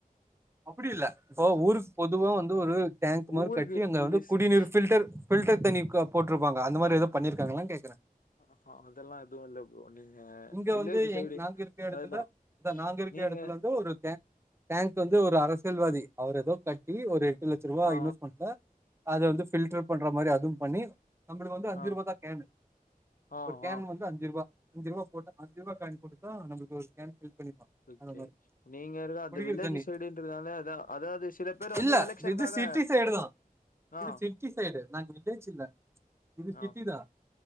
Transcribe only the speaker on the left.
ஊருக்கு
இது
சிட்டி
ஆஹா அதெல்லா எதுவு இல்ல ப்ரோ நீங்க
வில்லேஜ் சைடு
அதுதா
நீங்க
ஆ
ஆ
ஆ
ஆ
ஓகே
நீங்க இருக்க அந்த
வில்லேஜ்
சைடுன்றதுனால அதா அதாவது சில பேர் வந்து
எலெக்ஷனுக்காக
ஆ
ஆ